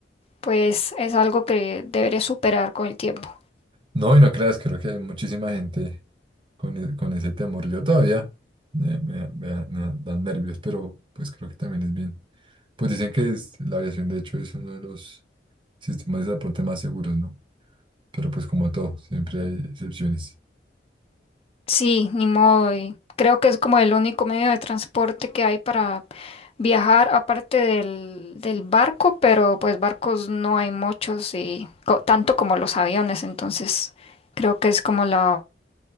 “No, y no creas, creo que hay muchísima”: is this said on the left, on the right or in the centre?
Right